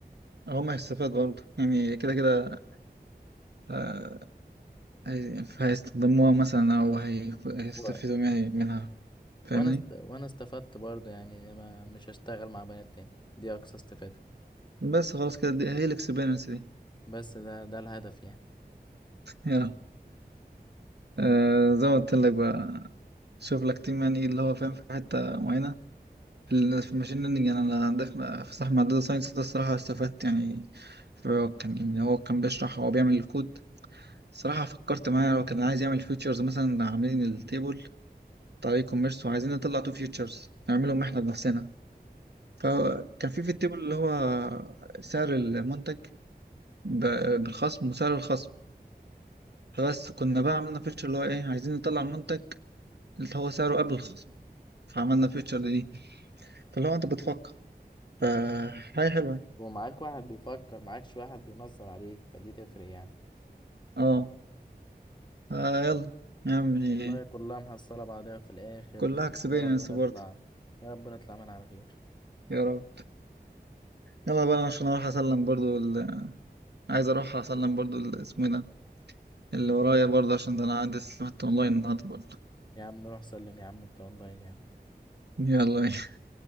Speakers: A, on the right; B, on the left.
A: هو ما هيستفاد برضه يعني كده كده آه، هي- هيستخدموها مثلا او هي- هيستفيدوا
B: و...
A: يعني منها فاهمني
B: وانا است... وانا استفدت برضه يعني ما مش هشتغل مع بنات تاني دي اقصى استفادة
A: بس خلاص كده دي هي الاكسبيرينس دي
B: بس ده ده الهدف يعني
A: <laughs> يلا آه، زي ما قلت لك بقى شوف لك تيم يعني اللي هو فاهم في حته معينه في ال- في الماشين ليرنينج يعني انا عندي في في صاحب داتا ساينس ده الصراحه استفدت يعني فهو كان يعني هو كان بيشرح هو بيعمل الكود الصراحه فكرت معاه هو كان عايز يعمل فيتشرز مثلا عاملين التيبل طريق كوميرس وعايزين نطلع تو فيوتشرز نعملهم احنا بنفسنا فكان في في التيبل اللي هو سعر المنتج ب- بالخصم وسعر الخصم فبس كنا بقى عملنا فيتشر اللي هو ايه عايزين نطلع المنتج اللي هو سعره قبل الخصم فعملنا فيتشر دي فاللي هو انت بتفكر فحاجة حلوة
B: ومعاك واحد بيفكر معاكش واحد بينظر عليك فدي تفرق يعني
A: اه آه، يلا يا عمي
B: والله كلها محصلة بعضها في الآخر
A: كلها اكسبيرينس
B: بس يا رب نطلع
A: برضه
B: يا رب نطلع من على خير
A: يا رب يلا بقى أنا عشان اروح اسلم برضه ال... عايز اروح اسلم برضه ال- اسمه ايه ده اللي ورايا برضه عشان ده انا عندي سمعت اونلاين النهارده برضه
B: يا عم روح سلم يا عم انت اونلاين يا عم
A: يلا ماشي